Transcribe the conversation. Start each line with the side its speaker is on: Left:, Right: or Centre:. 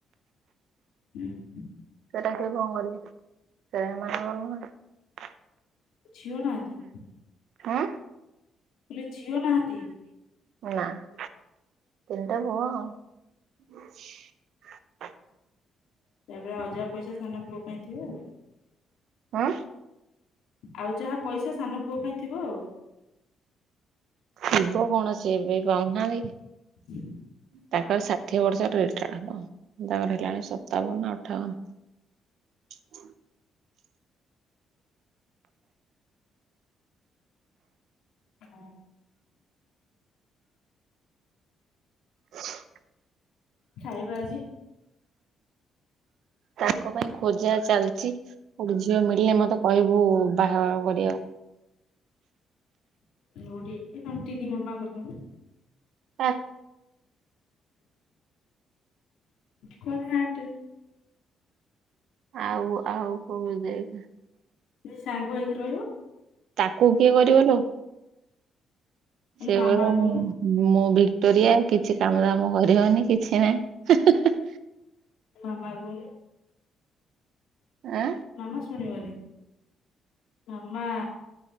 Left: ହୁଁ।
Right: ସେଟା କିଏ କଣ କରିବେ, ସେଟା ଏମାନଙ୍କର ନୁହେଁ ନା।
Left: ଝିଅ ନାହାନ୍ତି?
Right: ହୁଁ?
Left: କହିଲେ ଝିଅ ନାହାନ୍ତି
Right: ନା ତିନିଟା ପୁଅ ଆଉ। <inaudible>
Left: ତେବେ ଆଉ ଯାହା ପଇସା ସାନ ପୁଅ ପାଇଁ ଥିବ ଆଉ?
Right: ଆଁ?
Left: ଆଉ ଯାହା ପଇସା ସାନ ପୁଅ ପାଇଁ ଥିବ ଆଉ‌?
Right: ଥିବ କଣ ସେବି ପାଉନାହାନ୍ତି କି?
Left: <inaudible>
Right: ତାଙ୍କର ଷାଠିଏ ବର୍ଷର ରେଟାର୍ଡ ତାଙ୍କର ହେଲାଣି ସତାବନ ନା ଅଠାବନ। <inaudible>
Left: ହଁ।
Right: <inaudible>
Left: ଖାଇବା ଆଜି?
Right: ତାଙ୍କ ପାଇଁ ଖୋଜା ଚାଲିଛି। ଗୋଟେ ଝିଅ ମିଳିଲେ ମତେ କହିବୁ ବାହାଘର କରିବା।
Left: ଗୋଟେ ତିନି ମାମା କରିଥିଲେ।
Right: ହାଟ।
Left: କଣ ହାଟରେ?
Right: ଆଉ ଆଉ କଣ ଦେଖେ?
Left: ସାଙ୍ଗ ହେଇକି ରହିବ
Right: ତାକୁ କିଏ କରିବଲୋ?
Left: କହିଲେ
Right: ସିଏ
Left: ମାମା
Right: କହିବ
Left: କହୁନୁ
Right: ମୁଁ। ମୁଁ ଭିକ୍ଟୋରିଆ କିଛି କାମ ଦାମ କରିବନି କିଛି ନାହିଁ।
Left: ହଁ ମାଗୁନୁ।
Right: ଆଁ?
Left: ମାମା ଶୁଣିବନି। ମାମା